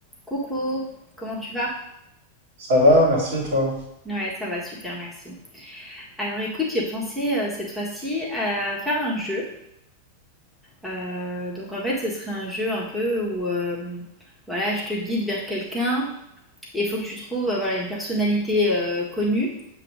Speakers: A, in the centre; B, on the right (about 55°).
A: Coucou, comment tu vas?
B: Ça va, merci toi.
A: Ouais, ça va super, merci. Alors écoute, j'ai pensé euh, cette fois-ci à faire un jeu. Euh, donc en fait, ce serait un jeu un peu où euh, voilà, je te guide vers quelqu'un et il faut que tu trouves euh, voilà, une personnalité euh, connue